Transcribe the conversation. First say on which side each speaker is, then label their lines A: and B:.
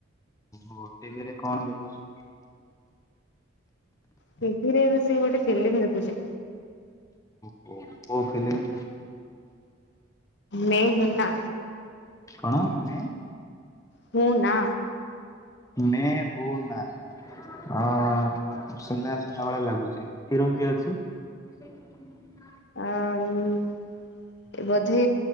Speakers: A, on the left; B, on the left.
A: ଓ ଟିଭିରେ କଣ ଦେଖୁଛୁ?
B: ଟିଭିରେ ବସିକି ଗୋଟେ ଫିଲୀମ୍ ଦେଖୁଛି।
A: ଓ କୋଉ ଫିଲୀମ୍?
B: ମେ ହୁଁ ନା।
A: କଣ ମେ?
B: ହୁଁ ନା।
A: ମେ ହୁ ନା। ହଁ ଶୁଣିଲା ଶୁଣିଲା ଭେଳିଆ ଲାଗୁଛି ହିଁରୋକିଏ ଅଛି? <unintelligible>
B: ଆ ହୁଁ ବଧେ